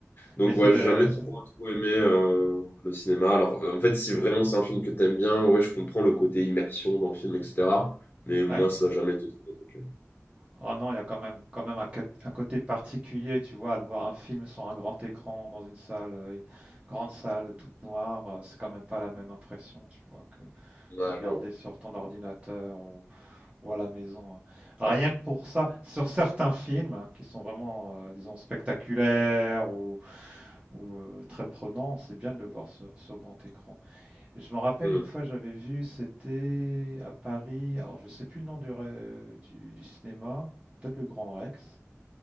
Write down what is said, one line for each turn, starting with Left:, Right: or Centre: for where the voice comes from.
Left: donc
Right: Mais c'est
Left: ouais,
Right: de...
Left: j'ai jamais trop,
Right: c'est-
Left: trop aimé euh, le cinéma. Alors, euh, en fait, si vraiment c'est un film que t'aimes bien, ouais, je comprends le côté immersion dans le film, etc. Mais moi,
Right: ouais.
Left: ça n'a jamais été trop mon truc.
Right: Ah non, il y a quand même, quand même un, quat- un côté particulier, tu vois, de voir un film sur un grand écran, dans une salle, euh, grande salle, toute noire, euh, c'est quand même pas la même impression, tu vois, que,
Left: Ouais,
Right: que regarder
Left: je...
Right: sur ton ordinateur ou, ou à la maison. hein. Rien que pour ça, sur certains films hein, qui sont vraiment, euh, disons, spectaculaires ou, ou, euh, très prenants, c'est bien de le voir sur, sur grand écran. Et je me rappelle
Left: Hmm.
Right: une fois j'avais vu, c'était à Paris, alors je sais plus le nom du, ré- du- du cinéma, peut-être le Grand Rex,